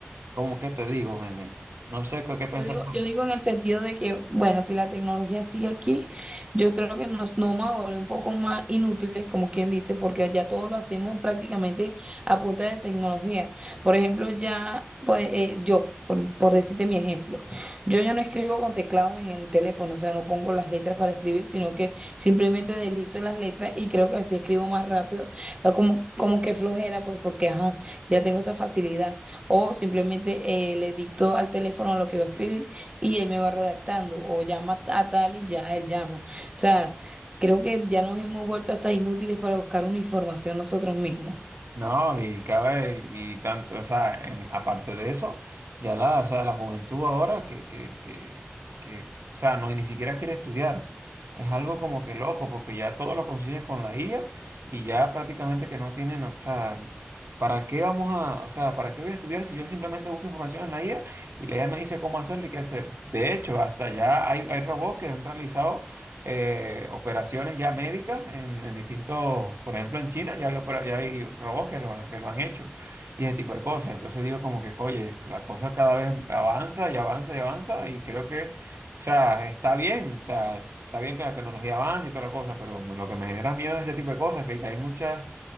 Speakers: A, on the right (about 80°); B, on the right (about 25°).
A: como que te digo, me, me- no sé qué qué pensar.
B: Yo digo, yo digo en el sentido de que, bueno, si la tecnología sigue aquí, yo creo que nos, nos vamos a volver un poco más inútiles, como quien dice, porque ya todo lo hacemos prácticamente a punta de tecnología. Por ejemplo, ya, por, eh, yo, por, por decirte mi ejemplo, yo ya no escribo con teclados en el teléfono, o sea, no pongo las letras para escribir, sino que simplemente deslizo las letras y creo que así escribo más rápido, eh, como, como que flojera, pues porque, ajá, ya tengo esa facilidad. O simplemente eh, le dicto al teléfono lo que va a escribir y él me va redactando. O llama a tal y ya él llama. O sea, creo que ya nos hemos vuelto hasta inútiles para buscar una información nosotros mismos.
A: No, y cabe, y tanto, o sea, en- aparte de eso, ya la, o sea, la juventud ahora que, que, que, que, o sea, no, ni siquiera quiere estudiar. Es algo como que loco, porque ya todo lo consigues con la IA y ya prácticamente que no tienen, o sea, ¿para qué vamos a, o sea, para qué voy a estudiar si yo simplemente busco información en la IA y la IA me dice cómo hacerlo y qué hacer? De hecho, hasta ya hay, hay robots que han realizado eh, operaciones ya médicas en, en distintos, por ejemplo en China ya hay, opera- ya hay robots que lo, ha- que lo han hecho y ese tipo de cosas. Entonces digo como que, oye, la cosa cada vez avanza y avanza y avanza y creo que, o sea, está bien, o sea, está bien que la tecnología avance y toda la cosa, pero lo que me genera miedo es ese tipo de cosas, que ya hay muchas